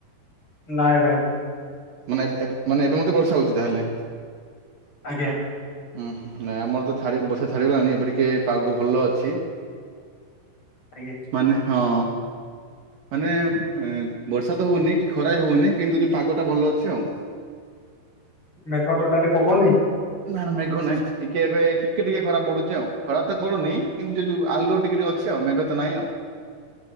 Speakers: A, on the left; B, on the right.
A: ନାଇଁ ଭାଇ।
B: ମାନେ ଏବ୍ ଏବ୍ ମାନେ ଏବେ ମତେ ବର୍ଷା ହଉଚି ତାହେଲେ।
A: ଆଜ୍ଞା।
B: ଉୁଁ ନାଇଁ ଆମର ତ ଛା ବର୍ଷା ଛାଡିଗଲାଣି ଏବେ ଟିକେ ପାାଗ ଭଲ ଅଛି।
A: ଆଜ୍ଞା।
B: ମାନେ ହଁ। ମାନେ ଏ ବର୍ଷା ତ ହଉନି କି ଖରା ବି ହଉନି କିନ୍ତୁ ଯୋଉ ପାଗ ଟା ଭଲ ଅଛି ଆଉ।
A: ମେଘ ଟୋଟାଲି ପକଉନି।
B: ନା ନା ମେଘ ନାଇଁ ଟିକେ ଏବେ ଟିକେ ଟିକେ ଖରା ପଡୁଚି ଆଉ ଖରା ତ ପଡୁନି କିନ୍ତୁ ଯଉ ଯୋଉ ଆଲୁଅ ଟିକେ ଟିକେ ଅଛି ଅଛି ଆଉ ମେଘ ତ ନାଇଁ ଆଉ।